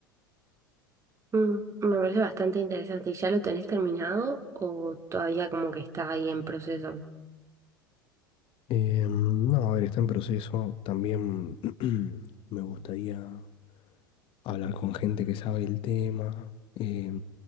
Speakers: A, on the right; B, on the left.
A: Mm, me parece bastante interesante. ¿Y ya lo tenés terminado o todavía como que está ahí en proceso?
B: Eh, no, a ver, está en proceso. También <clears throat> me gustaría hablar con gente que sabe el tema, eh,